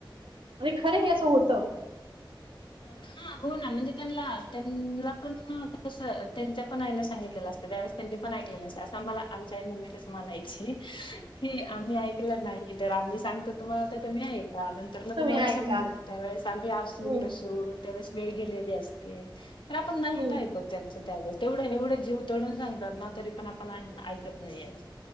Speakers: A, on the right (about 80°); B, on the left (about 70°).
A: आणि खरं हे असं होत
B: हम हो ना म्हणजे त्यांनला त्यांना पण तस त्यांच्या पण आईन सांगितलेलं असतें त्यावेळे त्यां पण ऐकले असं मला आमच्या मुंबईतच म्हणायची ह्ह की आम्ही ऐकलं नाही तर आम्ही सांगतो तुम्हाला तर तुम्ही ऐका नंतर ना
A: तुम्ही
B: तुम्हाला
A: ऐका
B: समजेल त्यावेळेस आम्ही असू
A: हम्म
B: नसू त्यावेळेस वेगळ लेली असते तर आपण नाहीत
A: हम्म
B: ऐकत त्यांचं त्यावेळे तेवढं एवढे जीव तडून सांगत ना तरी पण आपण ऐकत नाही